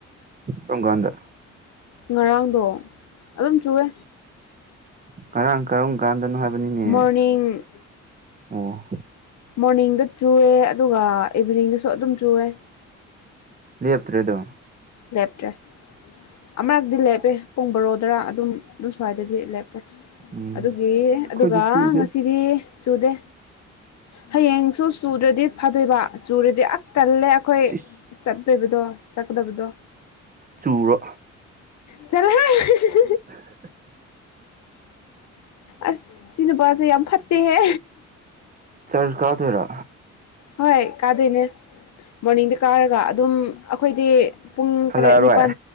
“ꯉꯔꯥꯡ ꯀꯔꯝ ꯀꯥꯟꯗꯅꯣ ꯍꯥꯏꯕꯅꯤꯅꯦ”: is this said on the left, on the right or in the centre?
Right